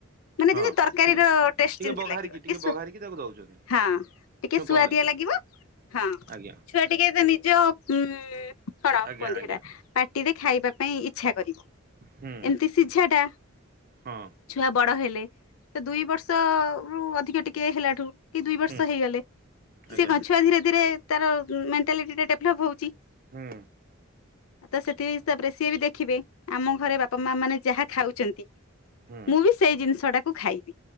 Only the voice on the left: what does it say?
ମାନେ
ଯେମତି ତରକାରୀର
ଟେଷ୍ଟ
ଯେମତି
ଲାଗିବ <inaudible>
ହଁ ଟିକେ
ସୁଆଦଆ
ଲାଗିବ ହଁ
ଛୁଆ ଟିକେ ନିଜ ଉଁ କନ
କୁହନ୍ତି
ସେଟା ପାଟି ଦେ ଖାଇବା ପାଇଁ ଇଚ୍ଛା। ଏମତି
ସିଝା ଟା
ଛୁଆ ବଡ ହେଲେ ସେ ଦୁଇ ବର୍ଷ ରୁ ଅଧିକ ଟିକେ ହେଲାଠୁ। କି ଦୁଇ ବର୍ଷ
ହେଇଗଲେ
ସେ କ ଛୁଆ ଧୀରେ ଧୀରେ। ତାର ମେଣ୍ାଲିଟି ଟ ଡେଭଲପ ହଉଛି। ଆ
ତ ସେଠ ତାପରେ ସିଏ ବି ଦେଖ ଦେଖିବେ ଆମ ଘରେ ବାପା ମା ମାନେ ଯାହା ଖାଉଛନ୍ତି
ମୁଭିି ସେଇ ଜିନିଷଟା କୁ ଖାଇବି।